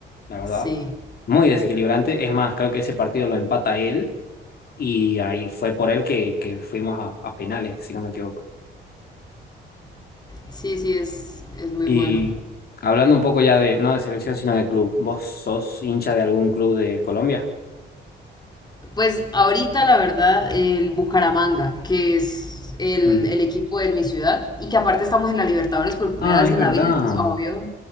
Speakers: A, on the left; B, on the left.
A: la verdad.
B: sí,
A: Muy desequilibrante. Es más, creo que ese partido lo empata él y ahí fue por él que, que fuimos a, a penales, si no me equivoco.
B: sí, sí, es, es muy
A: Y
B: bueno.
A: hablando un poco ya de, no de selección, sino de club. ¿Vos sos hincha de algún club de Colombia?
B: Pues ahorita, la verdad, el Bucaramanga, que es el,
A: Mm.
B: el equipo de mi ciudad, y que aparte estamos en la Libertadores por primera
A: Ah,
B: vez
A: es
B: en
A: verdad.
B: la vida, entonces, obvio.